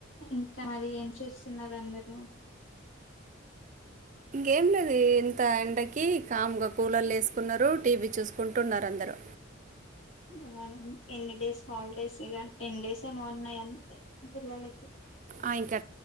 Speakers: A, on the left; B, on the right.
A: ఇంకా మరి ఏం చేస్తున్నారు అందరుూ
B: ఏం లేదు ఇంత ఎండ క కామ్గా కూలర్లు వేసుకున్నారు టీవీ చూసుకుంటున్నారు అందరుూ
A: న ఎన్ని డేస్ హాలిడేస్ ఇ టెన్ డేస్ ఏమో ఉన్నాయి అంతే పిల్లలకి
B: ఆ ఇంకా